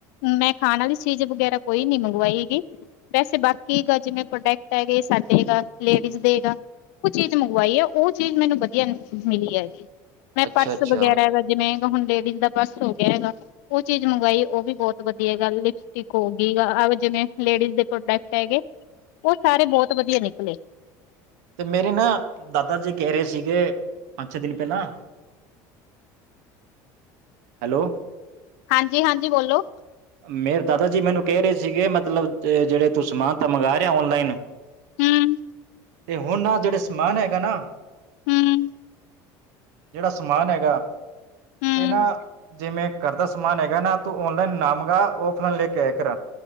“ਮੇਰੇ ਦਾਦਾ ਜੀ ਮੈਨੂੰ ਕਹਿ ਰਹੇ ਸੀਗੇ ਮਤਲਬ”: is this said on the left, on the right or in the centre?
Right